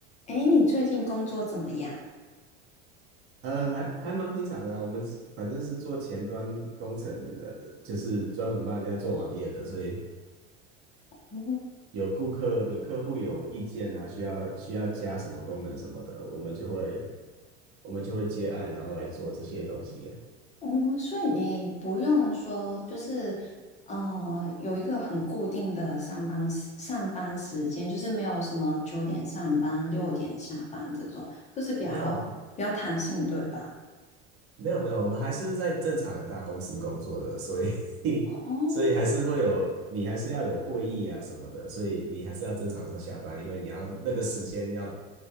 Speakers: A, on the left; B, on the right.
A: 哎，你最近工作怎么样？
B: 呃，还还蛮平常的啊。我们是反正是做前端工程的，就是专门帮人家做网页的，所以
A: 嗯
B: 有顾客、有客户有意见啊，需要需要加什么功能什么的，我们就会我们就会接案，然后来做这些东西。
A: 嗯，所以你不用说，就是呃，有一个很固定的上班时上班时间，就是没有什么九点上班、六点下班这种，就是比较比较弹性，
B: 没有，
A: 对吧？
B: 没有没有，我们还是在正常的大公司工作的，所以 <laughs>
A: 哦
B: 所以还是会有，你还是要有会议啊什么的，所以你还是要正常上下班，因为你要那个时间要